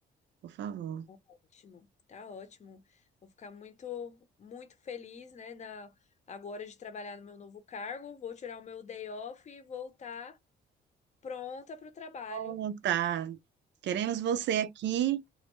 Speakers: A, on the right (about 65°); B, on the left (about 35°).
A: por favor.
B: Ótimo, tá ótimo. Vou ficar muito, muito feliz, né, na, agora de trabalhar no meu novo cargo. Vou tirar o meu day off e voltar pronta para o trabalho.
A: Bom, tá. Queremos você aqui